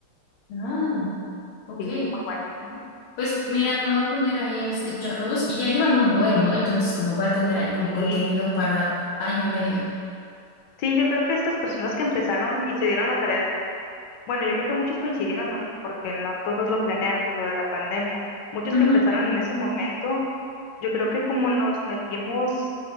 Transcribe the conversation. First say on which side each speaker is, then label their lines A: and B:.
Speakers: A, on the left; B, on the left.
A: Ah, ok.
B: Sí, es muy bueno. Ujú.
A: Pues mira, me voy a poner ahí a escucharlos y ya llevan un buen, ¿no? Entonces como voy a tener ahí como
B: Sí,
A: contenido para año y medio.
B: sí, yo creo que estas personas que empezaron y se dieron la tarea, bueno, yo creo que muchos coincidieron más bien porque no todos lo planearon, lo de la pandemia. Muchos
A: Ujú.
B: que empezaron en ese momento, yo creo que como nos metimos